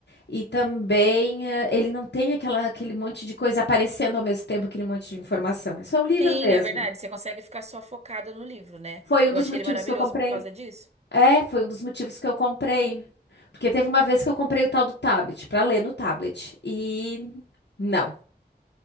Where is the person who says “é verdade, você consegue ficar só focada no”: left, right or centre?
Right